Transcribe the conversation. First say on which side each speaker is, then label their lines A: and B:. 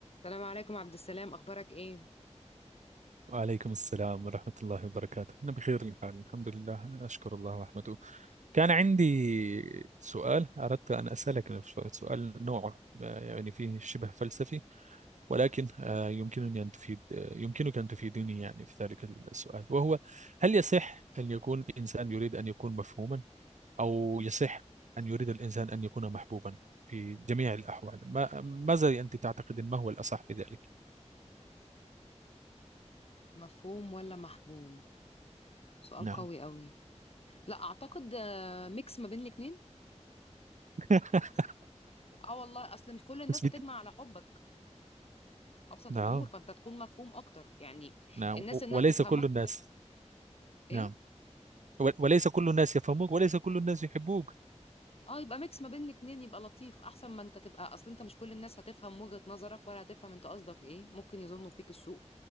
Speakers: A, on the left; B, on the right.
A: السلام عليكم عبد السلام اخبارك ايه
B: وعليكم السلام ورحمة الله وبركاته أنا بخير الحال الحمد لله أشكر الله ورحمته كان عندي سؤال أردت أن أسألك سؤال نوعه آه، يعني فيه شبه فلسفي ولكن آه، يمكنني أن تفيد آه، يمكنك أن تفيدني يعني في ذلك السؤال وهو هل يصح أن يكون إنسان يريد أن يكون مفهوما أو يصح أن يريد الإنسان أن يكون محبوبا في جميع الأحوال ما ماذا أنت تعتقد ما هو الأصح في ذلك؟
A: مفهوم ولا محبوم سؤال
B: نعم
A: قوي قوي لا اعتقد آه، ميكس ما بين الاتنين
B: <laughs>
A: اه والله اصل مش كل الناس
B: بس
A: هتجمع
B: بت...
A: على حبك ابسط
B: نعم
A: الامور فانت تكون مفهوم اكتر يعني
B: نعم
A: الناس انها
B: وليس
A: تفهمك
B: كل الناس
A: ايه
B: نعم و- وليس كل الناس يفهموك وليس كل الناس يحبوك
A: اه يبقى ميكس ما بين الاتنين يبقى لطيف احسن ما انت تبقى اصل انت مش كل الناس هتفهم وجهة نظرك ولا هتفهم انت قصدك ايه ممكن يظنوا فيك السوء